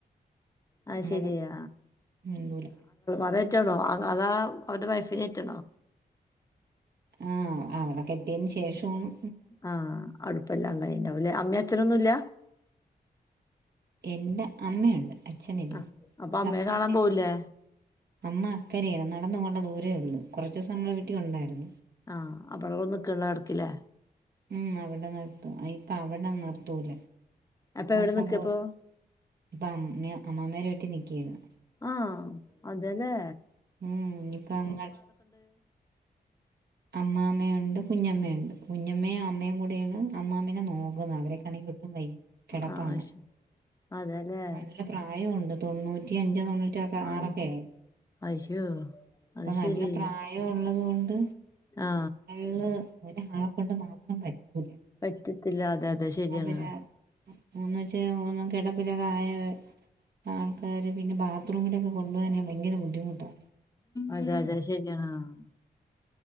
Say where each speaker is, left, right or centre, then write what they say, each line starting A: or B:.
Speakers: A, on the left (about 20°); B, on the right (about 70°).
A: ആഹ് ശരിയായ
B: നമ്മള് മിണ്ടൂല
A: അത് <inaudible> റ്റണോ അതാ അവരുടെ വൈഫിനെ <inaudible>
B: ആ അവളെ കെട്ടിയതിനുശേഷവാണ്
A: ആഹ് അടുപ്പല്ലാണ്ടായിണ്ടാവലേ അമ്മയ അച്ഛനൊന്നുംല്ല
B: എന്റെ അമ്മയുണ്ട് അച്ഛനില്ല
A: ആ അപ്പൊ അമ്മയെ
B: ഹസ്ബൻഡിന്
A: കാണാൻ പോവൂലേ
B: അമ്മ അക്കര ആണ് നടന്ന പോണ്ട ദൂരേ ഉള്ളൂ കുറച്ച് ദിവസം നമ്മളെ വീട്ടി ഉണ്ടായിരുന്ന്
A: ആഹ് അപ്പൊ അവിടെ നിക്കുള്ളോ ഇടക്കില്ലേ
B: ഉം അവിടെ നിർത്തു ഇപ്പ അവിടെ നിർത്തൂല
A: അപ്പൊ എവിടെ
B: ആ സഹോ
A: നിക്കപ്പൊ
B: അപ്പൊ അമ്മ അമ്മാമ്മേടെ വീട്ടി നിൽക്കയാണ്
A: ആഹ് അതേല്ലേ
B: ഉം ഇനിയിപ്പങ്ങട് അമ്മാമ്മയുണ്ട് കുഞ്ഞമ്മയുണ്ട് കുഞ്ഞമ്മയും അമ്മയും കൂടെയാണ് അമ്മാമ്മേനെ നോക്കുന്നത് അവരൊക്കെ ക്കാണെ ഒട്ടും വയ്യ കെടപ്പാണ്
A: ആ ശ അതെല്ലേ
B: നല്ല പ്രാ യോണ്ട് തൊണ്ണൂറ്റി അഞ്ചോ തൊണ്ണൂറ്റി
A: ആ
B: ആറോ ഒക്കെയായി
A: അയ്യോ
B: അപ്പൊ
A: അത്
B: നല്ല
A: ശരി
B: പ്രായം ഉള്ളത് കൊണ്ട്
A: ആ
B: ഇന്ന് ഒരാളെ കൊണ്ട് മാത്രം പറ്റൂല
A: പറ്റത്തില്ല അതെ അതെ ശരിയാണ്
B: അവര് എന്ന് വെച്ച കെടപ്പില് <unintelligible> ആൾക്കാര് പിന്നെ ബാത്റൂമിലൊക്കെ കൊണ്ടു പോവാൻ ഭയങ്കര ബുദ്ധിമുട്ടാ
A: അതെ അതെ ശരിയാണ് ആഹ്